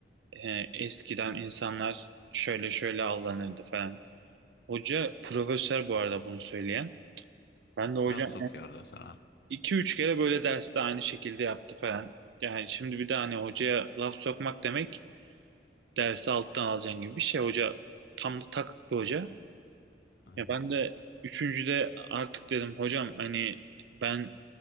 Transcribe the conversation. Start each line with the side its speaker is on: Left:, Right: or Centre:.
Right: e, eskiden insanlar şöyle şöyle avlanırdı falan. Hoca profesör bu arada bunu söyleyen. Ben de hocam
Left: Laf sokuyordu sana.
Right: iki üç kere böyle derste aynı şekilde yaptı falan. Yani şimdi bir de hani hocaya laf sokmak demek dersi alttan alacaksın gibi bir şey. Hoca tam da takık bir hoca.
Left: Hı?
Right: Ya ben de üçüncüde artık dedim hocam hani ben